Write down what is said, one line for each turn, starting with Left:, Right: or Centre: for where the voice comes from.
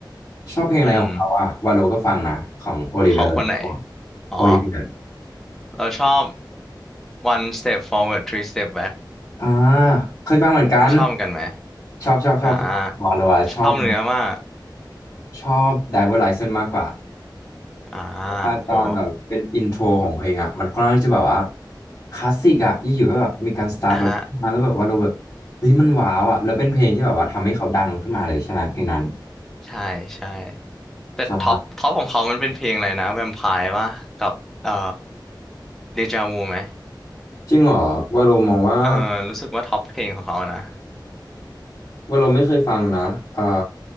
Centre: <laughs>
Left: ชอบเพลงอะไรของเขาอ่ะวาโลก็ฟังนะของโอลิเวียโรดิโก
Centre: อืมของคนไหนอ๋อ
Left: โอลิเวีย
Centre: เราชอบ one step forward three step back
Left: อ่าเคยฟังเหมือนกัน
Centre: ชอบเหมือนกันไหม
Left: ชอบชอบชอบวาโลอะชอบ
Centre: อ่าชอบเนื้อมาก
Left: ชอบไดเวอร์ไลเซนมากกว่า
Centre: อ่า
Left: อ่าตอนแบบเป็นอินโทรของเพลงอ่ะมันค่อนข้างจะแบบว่า
Centre: โอ้โห
Left: คลาสสิกอ่ะอยู่ๆก็แบบมีการสตาร์ทรถมาแล้วแบบว่าเราแบบเฮ้ยมันว้าวอ่ะแล้วเป็นเพลงที่แบบว่าทำให้เขาดังขึ้นมาเลยใช่ไหมเพลงนั้น
Centre: อ่ะฮะใช่ใช่แต่ท็อปท็อปของเขามันเป็นเพลงอะไรนะแวมไพร์วะกับเอ่อ
Left: ใช่
Centre: เดจาวูไหม
Left: จริงเหรอว่าเรามองว่า
Centre: เออรู้สึกว่าท็อปเพลงของเขานะ
Left: ว่าเราไม่เคยฟังนะอ่า